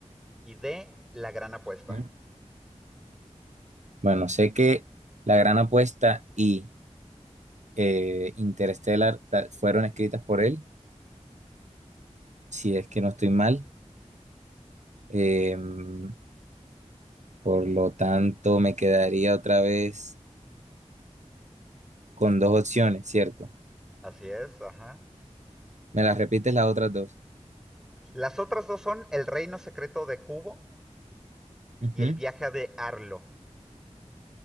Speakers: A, in the centre; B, on the right.
A: Y D. La gran apuesta.
B: ujú. Bueno, sé que La Gran Apuesta y eh, Interstellar ta- fueron escritas por él, si es que no estoy mal. Em, por lo tanto, me quedaría otra vez con dos opciones, ¿cierto?
A: Así es, ajá.
B: ¿Me las repites las otras dos?
A: Las otras dos son El reino secreto de Kubo
B: Ujú.
A: y El viaje de Arlo.